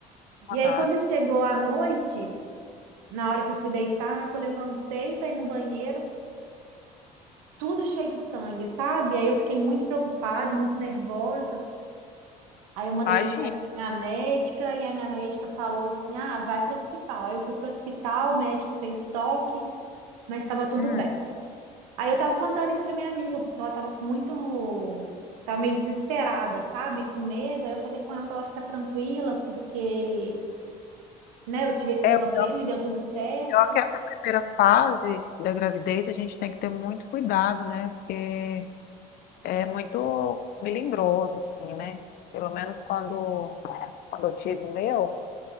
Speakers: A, on the right; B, on the left.
A: E
B: aham.
A: aí quando chegou a noite na hora que eu fui deitar, na hora que eu levantei para ir no banheiro, tudo cheio de sangue, sabe? Aí eu fiquei muito preocupada, muito nervosa. Aí eu mandei
B: Imagina.
A: mensagem para minha médica e a minha médica falou assim: "Ah, vai pro hospital". Aí eu fui pro hospital, o médico fez toque, mas estava tudo
B: Hum.
A: bem. Aí eu tava contando isso para minha amiga, porque ela tava com muito tava meio desesperada, sabe? Com medo. Aí eu falei com ela para ela ficar tranquila, porque, né, eu tive esse
B: É,
A: problema
B: eu
A: e deu tudo certo.
B: acho que essa primeira fase da gravidez a gente tem que ter muito cuidado, né? Porque é muito melindroso, assim, né? Pelo menos quando, quando eu tive o meu,